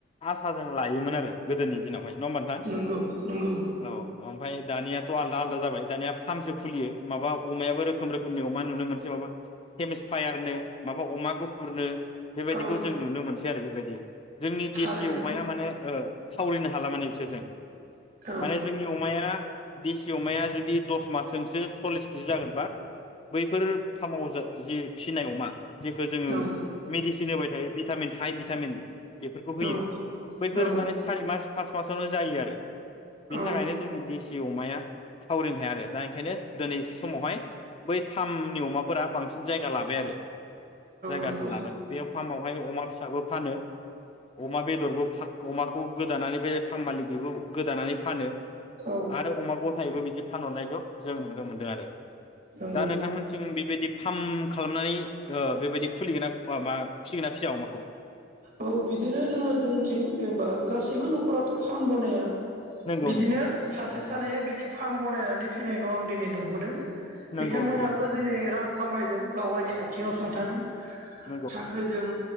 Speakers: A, on the left (about 30°); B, on the right (about 50°).
A: आसा जों लायोमोन आरो गोदोनि दिनावहाय। नङा होमबा नोंथां
B: नोंगौ नोंगौ।
A: औ ओमफ्राय दानियाथ' आलदा आलदा जाबाय दानिया फामसो खुलियो। माबा अमायाबो रोखोम रोखोमनि अमा नुनो मोनसेै माबा केेमसफायारनो माबा अमा गुफुरनो। बेबायदिखौ
B: औ
A: जों नुनो मोनसै आरो बेबायदि जोंनि
B: थारैनो
A: देसि अमाया माने ओ। थावरिनो हाला माने। बिसोरजों
B: औ
A: माने जोंनि अमाया। देसि अमाया जुदि दस मासजोंसो। सल्लिस केजि जागोनबा बैफोर फार्माव जि फिसिनाय अमा। जेखौ जोङो
B: औ
A: मेडसिन थिनो होबाय थायो भिटामिन हाइ भिटामिन। बेफोरखौ होयो
B: औ
A: बैफोरो
B: औ
A: माने सारि मास। पास मासावनो जायो आरो। बेनि
B: औ
A: थाखायनो जोंनि देसि सि अमाया थावरिनो हाया आरो दा ओंखायनो। दिनै समावहाय बै फार्मनि अमाफोरा बांसिन जायगा लाबाय आरो। जायगाखौ
B: नंगौ
A: लादों बे फार्मावहाय अमा फिसाबो फानो अमा बेदरबो अमाखौ गोदानानै बे <unintelligible> बेबो गोदानानै फानो
B: औ
A: आरो अमा गथायैबो बिदि बानायनायखौ जों नु मोनदों आरो
B: नंगौ
A: दा नोंथांमोनथिं बेबायदि फार्म खालामनानै बेबायदि खुलिगोन नाबा फिसिगोन ना फिसिया अमाखौ
B: औ बिदिनो जोङो जोंथिं जेनेबा गासैबो नखराथ फार्म बनाया
A: नंगौ
B: बिदिनो
A: नंगौ
B: सासे
A: नंगौ
B: सानैया
A: नोंथां
B: बिदि फार्म बनायनानै फिनायखौ आं नु दिनै नुबोदों
A: नंगौ
B: बिथांमोनाबो
A: नंगौ नोंथां
B: दिनै रां खामायदों गावबायनाय आथिङाव सुंथादों
A: नंगौ
B: साख्रिजों